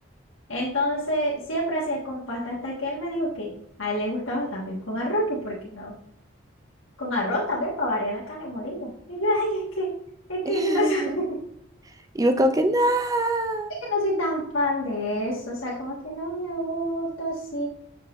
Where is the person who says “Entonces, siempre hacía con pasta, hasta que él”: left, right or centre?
Left